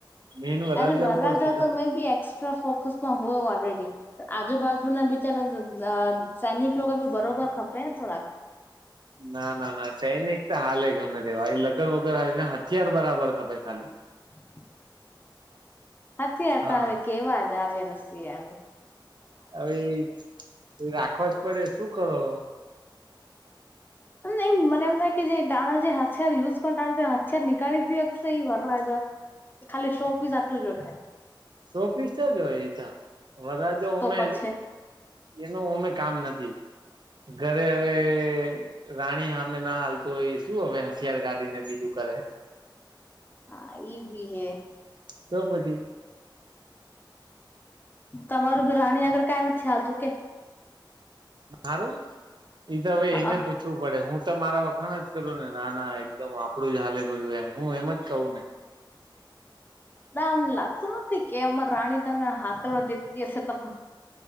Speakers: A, on the right; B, on the left.
A: મેન વરરાજા
B: અરે વરાજા
A: ઉપર ફોકસ
B: તો મેં બી એસ્ટ્રા ફોકસમાં હોય ઓલરેડી આજુ બાાજુના બીચારા અ સૈનિક લોકો બી બરોબર ખપે ને થોડાક
A: ના ના ના ચૈનિક હાલ એ ગમે તેવા લગન વગર હ ને હથિયાર બરાબર ખપે ખાલી
B: <inaudible> હ હથિયાર
A: હા
B: તો હવે કેવા જ આવે હથિયાર
A: અવે ઈ રાખવા જ પડે શું કરો
B: એમ મને એમ થાય કે જે ટાણા જે હાથિયાર યુઝ <unintelligible> હથીયાર <unintelligible> એ વરરાજા ખાલી શો પીઝ આટલુ જ હોય ખાલી
A: સો પીસ જ હોય એતો વરરાજો
B: તો
A: ઓમે
B: પછી
A: એનું અમે કામ નથી ઘરે હવે રાણી હામે ના હાલતું એ શું હવે હથિયાર કાઢી ને બીજું કરે
B: હા એ બી છે.
A: તો પછી
B: તમારું તો રાણી આગર કાઈ નથી હાલતું કે
A: મારું એઈ તો હવે
B: હા
A: એને પૂછ વુ પડે હું તો મારા વખાણ જ કરું ને ના ના એકદમ આપડું જ હાલે બધું એમ હું એમ જ કહું ને
B: ના આમ લાગતું નથી કે અમાર રાણી તમને હાકલવા દેતી હશે તો